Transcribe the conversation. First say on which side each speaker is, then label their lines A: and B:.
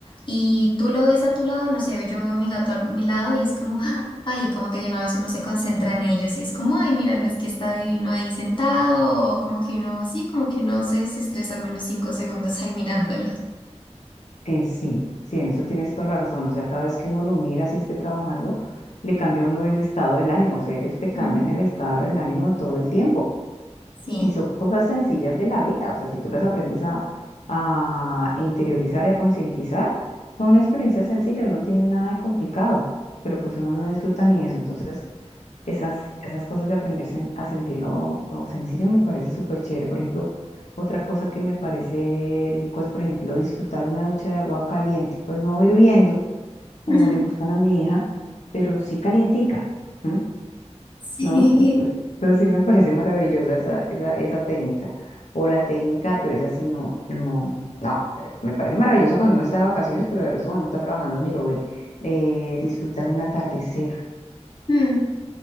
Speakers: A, on the left; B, on the left.
A: y tú lo ves a tu lado, no sé, yo veo a mi gato a mi lado y es como, ¡ah! ay, como que de una vez uno se concentra en ellos y es como, ay, míralo, es que está divino ahí sentado, o como que uno, sí, como que uno se desestresa al menos cinco segundos ahí mirándolo.
B: eh, sí, sí, en eso tienes toda la razón. O sea, cada vez que uno lo mira, si esté trabajando, le cambia a uno el estado del ánimo. O sea, ellos te cambian
A: Mm.
B: el estado del ánimo todo el tiempo.
A: Sí.
B: Y son cosas sencillas de la vida. O sea, si tú las aprendes a, a interiorizar y a concientizar, son experiencias sencillas, no tienen nada de complicado. Pero pues uno no disfruta ni eso. Entonces, Esas, esas cosas de aprender sen- a sentir lo, lo sencillo me parece súper chévere. Por ejemplo, otra cosa que me parece rico es, por ejemplo, disfrutar una ducha de agua caliente. Pues no hirviendo, como
A: <laughs>
B: le gustan a mi hija, pero sí calientica, ¿m?
A: Sí.
B: ¿no? Entonces,
A: <laughs>
B: entonces sí me parece maravillosa esa, esa, esa técnica. O la técnica, pero esa sí no, no, no. pero Me parece maravillosa cuando uno está de vacaciones, pero de resto cuando uno está trabajando ni lo ve. Eh, disfrutar un atardecer.
A: Mm,